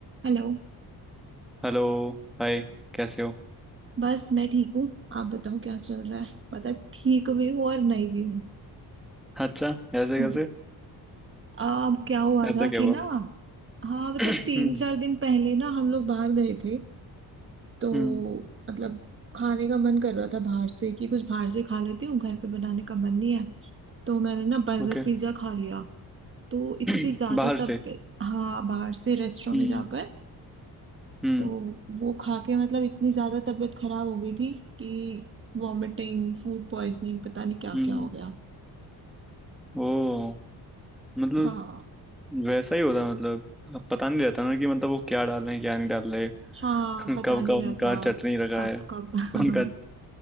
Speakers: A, on the right; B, in the centre.
A: हेलो
B: Hello Hi कैसे हो
A: बस मैं ठीक हूँ आप बताओ क्या चल रहा है पता ठीक भी हूँ और नहीं भी हूँ
B: अच्छा ऐसे
A: हम्म,
B: कैसे
A: अब क्या हुआ
B: ऐसा
A: था
B: क्या
A: कि
B: हुआ
A: ना हाँ मतलब
B: <clears throat>
A: तीन
B: हम्म
A: चार दिन पहले ना हम लोग बाहर गए थे तो
B: हम्म
A: मतलब खाने का मन कर रहा था बाहर से कि कुछ बाहर से खा लेती हूँ घर पे बनाने का मन नहीं है तो मैंने ना बर्गर
B: ओके
A: पिज्जा खा लिया तो इतनी
B: बाहर
A: ज्यादा
B: से
A: तब हाँ बाहर से रेस्टोरेंट
B: हम्म
A: में जाकर
B: हम्म
A: तो वो खा के मतलब इतनी ज्यादा तबीयत खराब हो गई थी कि वॉमिटिंग फूड पॉइजनिंग पता नहीं क्या
B: हम्म
A: क्या हो गया
B: ओ मतलब
A: हाँ
B: वैसा ही होता है। मतलब अब पता नहीं रहता ना कि मतलब वो क्या डाल रहे हैं क्या नहीं डाल रहे
A: हाँ
B: <laughs>
A: पता
B: कब
A: नहीं
B: का उनका
A: रहता
B: चटनी रखा
A: कब
B: है
A: कब
B: <laughs> उनका
A: <laughs>